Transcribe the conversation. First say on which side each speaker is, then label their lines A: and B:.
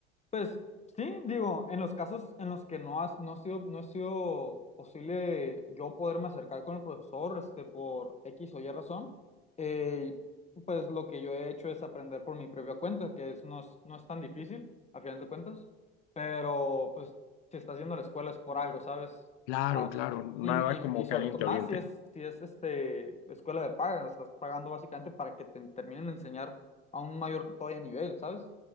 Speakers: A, on the left (about 20°); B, on the left (about 65°).
A: Pues sí, digo, en los casos en los que no has, no ha sido, no ha sido posible yo poderme acercar con el profesor, este, por X o Y razón, eh, pues lo que yo he hecho es aprender por mi propia cuenta, que es, no es, no es tan difícil, a final de cuentas, pero pues si estás yendo a la escuela es por algo, ¿sabes?
B: Claro,
A: Vas.
B: claro, nada
A: Y, y-
B: como
A: y sobre
B: que alguien
A: todo,
B: te
A: más
B: oriente.
A: si es, si es este, escuela de paga, estás pagando básicamente para que te terminen de enseñar a un mayor todavía nivel, ¿sabes?